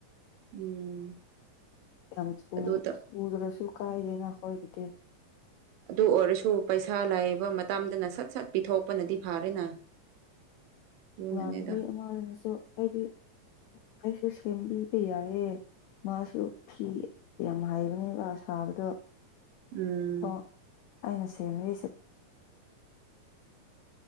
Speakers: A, on the right (about 90°); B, on the left (about 90°).
A: ꯎꯝ꯫
B: ꯌꯥꯝ ꯊꯨꯗ꯭ꯔꯁꯨ
A: ꯑꯗꯨꯗ
B: ꯀꯥꯏꯗꯦꯅ ꯈꯣꯏꯒꯤꯗꯤ꯫
A: ꯑꯗꯨ ꯑꯣꯏꯔꯁꯨ ꯄꯩꯁꯥ ꯂꯥꯏꯕ ꯃꯇꯝꯗꯅ ꯁꯠ-ꯁꯠ ꯄꯤꯊꯣꯛꯄꯅꯗꯤ ꯐꯥꯔꯦꯅ꯫ ꯑꯗꯨꯅꯅꯦꯗ
B: ꯏꯃꯥꯟꯅꯕꯤ ꯑꯃꯅꯁꯨ ꯑꯩꯗꯤ ꯑꯩꯁꯨ ꯁꯦꯝꯕꯤꯕ ꯌꯥꯏꯌꯦ꯫ ꯃꯥꯁꯨ ꯐꯤ ꯌꯥꯝ ꯍꯩꯕꯅꯦꯕ ꯁꯥꯕꯗꯣ꯫
A: ꯎꯝ
B: ꯑꯣ ꯑꯩꯅ ꯁꯦꯝꯔꯤꯁꯦ